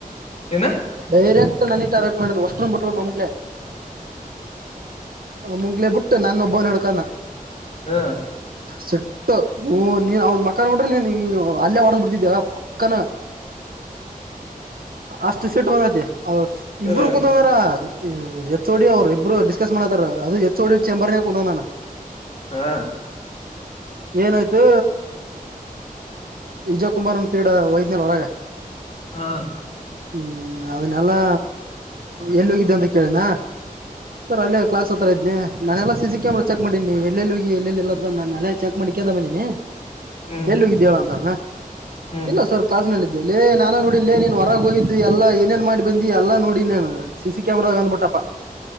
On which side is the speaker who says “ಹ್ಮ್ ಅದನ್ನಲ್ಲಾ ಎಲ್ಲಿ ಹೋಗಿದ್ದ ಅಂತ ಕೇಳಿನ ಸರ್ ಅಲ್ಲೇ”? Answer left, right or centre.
Right